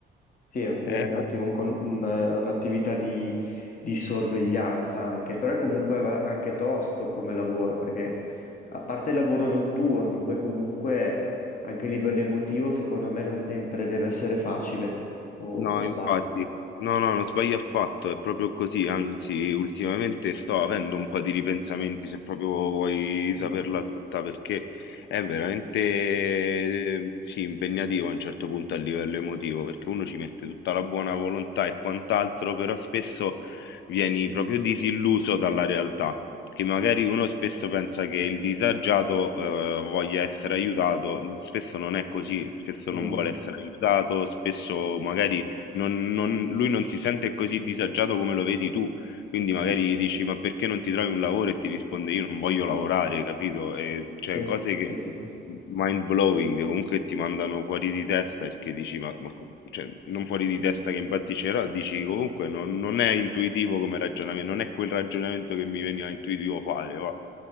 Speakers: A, on the left; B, on the left.
A: Sì, è quindi
B: Eh,
A: anche un attimo un con- un, eh, un'attività di, di sorveglianza anche, però è comunque va- anche tosto come lavoro, perché a parte il lavoro notturno, poi comunque anche a livello emotivo, secondo me non sempre deve essere facile, o,
B: No,
A: o sbaglio.
B: infatti, no, no, non sbaglio affatto, è proprio così, anzi, ultimamente sto avendo un po' di ripensamenti, se proprio vuoi saperla
A: Mm,
B: tutta, perché è veramente, eh, sì, impegnativo a un certo punto a livello emotivo, perché uno ci mette tutta la buona volontà e quant'altro, però spesso vieni proprio disilluso dalla realtà, che magari uno spesso pensa che il disagiato, eh, voglia essere aiutato, mm, spesso non è così, spesso
A: mm,
B: non vuole essere aiutato, spesso magari non- non- lui non si sente così disagiato come lo vedi tu. Quindi magari gli dici, ma perché non ti trovi un lavoro? E ti risponde, io non voglio lavorare, capito? E, cioè,
A: sì,
B: cose che
A: sì, sì, sì. Sì,
B: mind blowing, comunque ti mandano fuori di testa perché dici, ma, ma co- cioè, non fuori di testa che impazzirò, dici comunque non, non è intuitivo come ragionamento, non è quel ragionamento che mi veniva intuitivo fare, va,